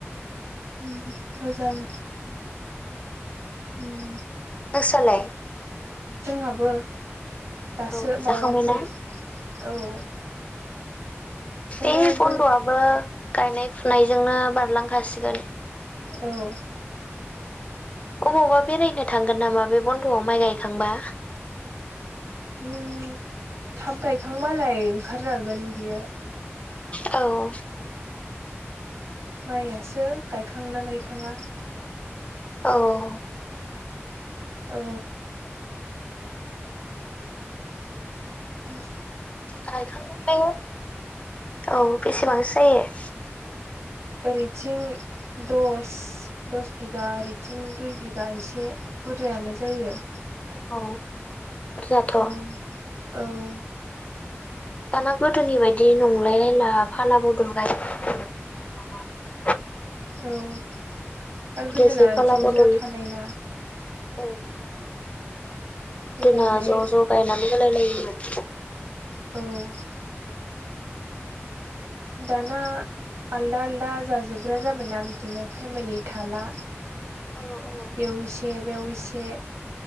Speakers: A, on the right; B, on the left.
A: उम मोजां। उम
B: नोंसालाय?
A: जोंहाबो दासो
B: औ जाखांबायना
A: बावाखै औ। बेखौनो
B: बे बन्द'आबो
A: गो
B: गायनाय फुनायजोंनो बारलांखासिगोन।
A: औ
B: अबावबा बेरायनो थांगोन नामा बे बन्द'आव माइ गायखांबा?
A: उम थाब गायखांबालाय ओंखारजागोन बियो
B: औ
A: माइआसो गायखाङोना गायखाङा
B: औ
A: औ उम
B: गायखांगोन बे औ बेसेबांसो जायो?
A: ओरैथिं दस दस बिगा ओरैथिं दुइ बिगा एसे बुरजायानो जायो।
B: औ बुरजाथ'
A: औ औ
B: दाना गोदोनि बायदि नंलाय रायला फाला बदल गाइ <unintelligible>
A: औ आरो
B: गोदोसो
A: गोदोना
B: फाला
A: ज'
B: बदल
A: ज' थानाय ना
B: औ
A: जायगायलाय
B: गोदोना ज' ज' गायनानै होलाय लायोमोन।
A: औ दाना आलदा आलदा जाजोबग्रा जाबायना बिदिनो फेमिलि थाला
B: औ औ
A: बेव इसे बैयाव एसे